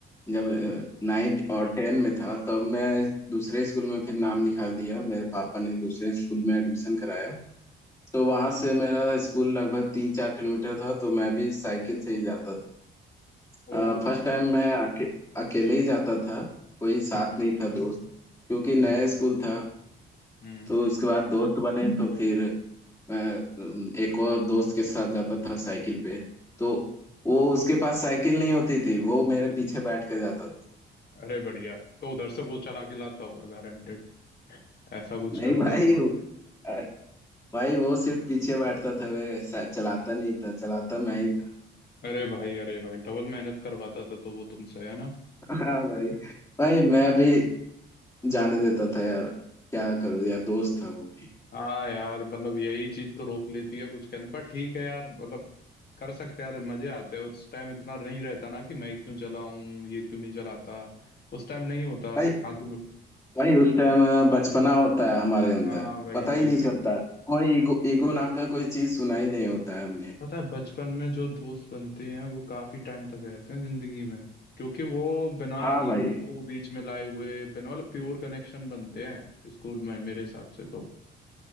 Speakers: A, on the left; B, on the left.
A: जब
B: हम्म,
A: नाइन्थ और टेन में था तब मैं दूसरे स्कूल में फिर नाम लिखा लिया मेरे पापा ने दूसरे स्कूल में एडमिशन कराया तो वहां से मेरा स्कूल लगभग तीन चार किलोमीटर था तो मैं भी साइकिल से ही जाता था
B: ओ
A: फर्स्ट टाइम मैं अके, अकेले ही जाता था कोई
B: हम्म
A: साथ नहीं था दोस्त क्योंकि नया
B: हम्म
A: स्कूल था
B: हम्म
A: तो उसके बाद दोस्त बने तो फिर मैं अम, एक और दोस्त के साथ जाता था साइकिल पे तो वो उसके पास साइकिल नहीं होती थी वो मेरे पीछे बैठ के जाता था
B: अरे बढ़िया तो उधर से वो चला के लाता होगा गारंटेड ऐसा कुछ
A: नहीं
B: करता
A: भाई
B: होगा
A: वो- अ, भाई वो सिर्फ पीछे बैठता था वे सा- चलाता नहीं था चलाता मैं ही था
B: अरे भाई अरे भाई डबल मेहनत करवाता था तो वो तुमसे है ना
A: हाँ भाई भाई मैं भी जाने देता था यार क्या करूँ यार दोस्त था वो भी
B: हाँ यार मतलब यही चीज तो रोक लेती है कुछ कहने पर ठीक है यार मतलब कर सकते हैं यार मजे आते हैं उस टाइम इतना नहीं रहता ना कि मैं क्यों चलाऊं ये क्यों नहीं चलाता उस टाइम नहीं होता
A: भाई
B: हाँ तू
A: वही उस टाइम बचपना होता है हमारे अंदर
B: हाँ वही
A: पता ही
B: वही
A: नहीं
B: वही
A: चलता कोई ईगो ईगो नाम का कोई चीज सुना ही नहीं होता है हमने
B: पता है बचपन में जो दोस्त बनते हैं वो काफी टाइम तक रहते हैं जिंदगी में क्योंकि वो बिना
A: हाँ भाई
B: ईगो को बीच में लाए हुए बिना मतलब प्योर कनेक्शन बनते हैं स्कूल में मेरे हिसाब से तो